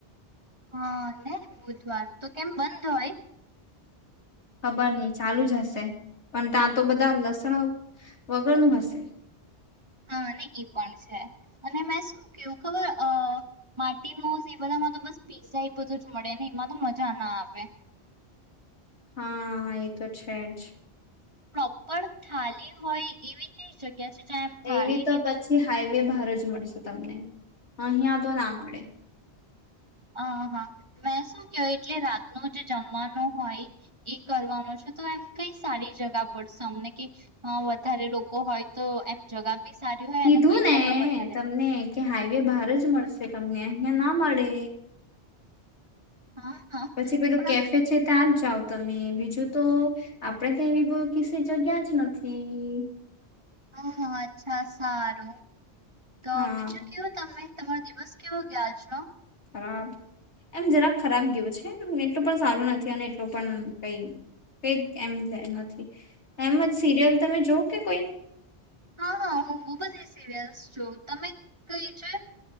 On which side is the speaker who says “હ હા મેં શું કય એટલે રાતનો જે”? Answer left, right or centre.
Right